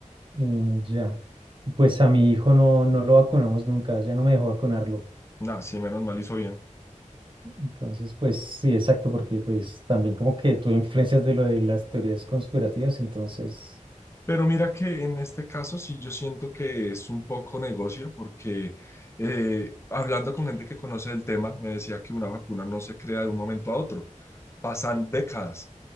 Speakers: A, on the right; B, on the left.
A: mm, ya, pues a mi hijo no, no lo vacunamos nunca, ya no me dejó vacunarlo.
B: Nah, sí, menos mal hizo bien.
A: Entonces, pues sí, exacto, porque pues también como que tuve influencias de lo de las teorías conspirativas, entonces,
B: Pero mira que en este caso sí yo siento que es un poco negocio porque eh, hablando con gente que conoce el tema, me decía que una vacuna no se crea de un momento a otro, pasan décadas.